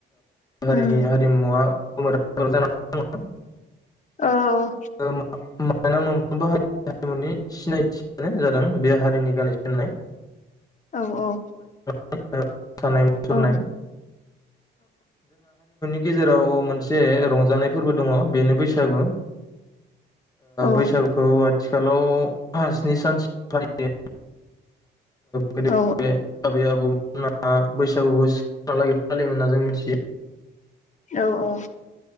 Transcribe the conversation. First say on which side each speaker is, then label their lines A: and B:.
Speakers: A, on the left; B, on the left.
A: हारिनि
B: उम
A: हारिमुवा <unintelligible>
B: औ
A: <unintelligible> <unintelligible> मोनफ्रोमबो हारिनि हारिमुनि सिनायथियानो जादों बे हारिनि गाननाय जोमनाय
B: औ औ
A: <unintelligible> मोसानाय मुसुरनाय
B: औ
A: बेनि गेजेराव मोनसे रंजानाय फोरबो दङ बेनो बैसागु
B: औ औ
A: बैसागुखौ आथिखाल हेल' स्नि सानसे फालि गोदो
B: औ
A: बे आबै आबौमोना बैसागु बैसागुबो सहा लागै फालियोमोन होनना जों मिथियो
B: औ औ।